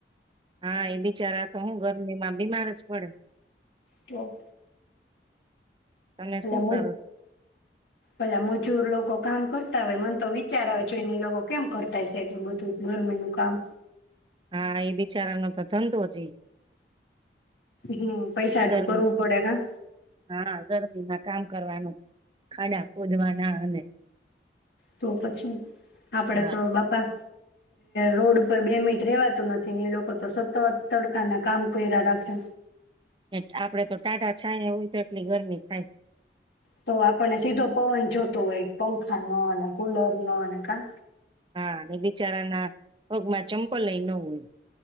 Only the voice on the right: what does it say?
હા, એ બિચારા તો હું ગરમીમાં બીમાર જ પડે.
તમે
શું
કરો
હા, એ બિચારાનો તો ધંધો જ ઈ.
ગરમી
હા ગરમીમાં કામ કરવાનું. ખાડા ખોદવાના અને
હા
આપડે તો ટાંઢા છાયા હોય, તો એટલી ગરમી થાય.
હા, અને બિચારાના પગમાં ચંપલ એ ન હોય